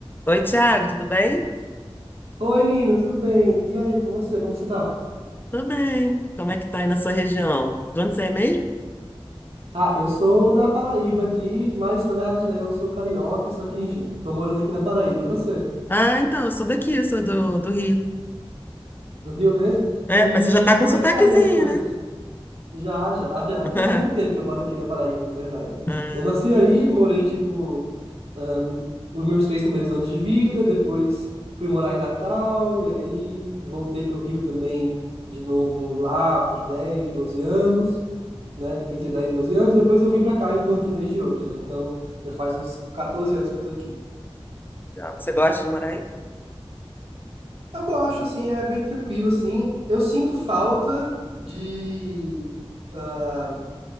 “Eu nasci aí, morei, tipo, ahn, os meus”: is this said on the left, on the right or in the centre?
Right